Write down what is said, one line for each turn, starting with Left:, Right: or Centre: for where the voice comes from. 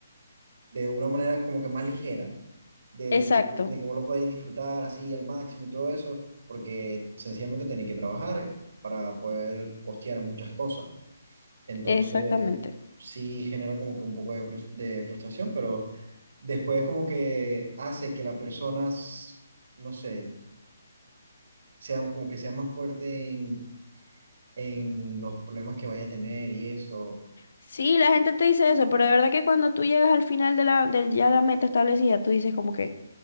Right: de una manera como que más ligera de,
Left: Exacto.
Right: de que de que vos lo podéis disfrutar así al máximo y todo eso, porque sencillamente tenéis que trabajar para poder costear muchas cosas. Entonces,
Left: Exactamente.
Right: sí genera como que un poco de, frus- de frustración, pero después como que hace que las personas, no sé, sea como que sea más fuerte en, en los problemas que vaya a tener y eso.
Left: Sí, la gente te dice eso, pero de verdad que cuando tú llegas al final de la, del ya la meta establecida, tú dices como que